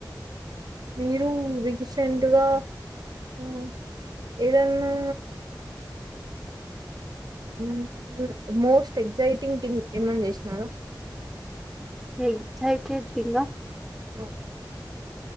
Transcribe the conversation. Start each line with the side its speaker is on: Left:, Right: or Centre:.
Right: మీరు రీసెంట్ గా ఉమ్ ఏదన్నా ఉమ్ మోస్ట్ ఎగ్జైటింగ్ థింగ్ ఏమన్నా చేసినార
Centre: ఉమ్ ఎగ్జైటెడ్ త్తింగ్ ఆ
Right: ఉ